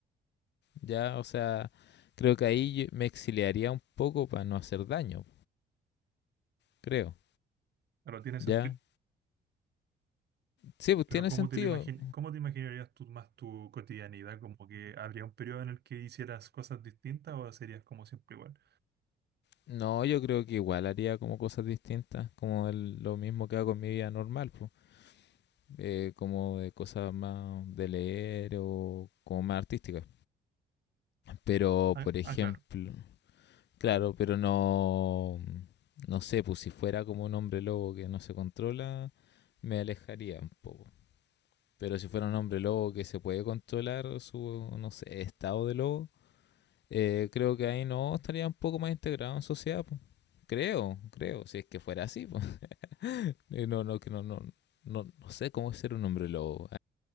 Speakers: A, on the left; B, on the right.
A: Ya, o sea, creo que ahí yo me exiliaría un poco para no hacer daño, creo.
B: Pero tiene
A: Ya.
B: sentido.
A: Sí, pues
B: Pero
A: tiene
B: ¿cómo
A: sentido.
B: te lo imagin- cómo te imaginarías tú más tu cotidianidad? ¿Como que habría un periodo en el que hicieras cosas distintas o serías como siempre igual?
A: No, yo creo que igual haría como cosas distintas, como el- lo mismo que hago en mi vida normal, pues. eh, como de cosas más de leer o como más artísticas. Pero,
B: Ah,
A: por ejemplo,
B: ah, claro,
A: claro, pero no, no sé, pues si fuera como un hombre lobo que no se controla, me alejaría un poco. Pero si fuera un hombre lobo que se puede controlar su, no sé, estado de lobo, eh, creo que ahí no estaría un poco más integrado en sociedad. Pues. Creo, creo, si es que fuera así. Pues. <laughs> No, no, que no, no, no, no sé cómo es ser un hombre lobo.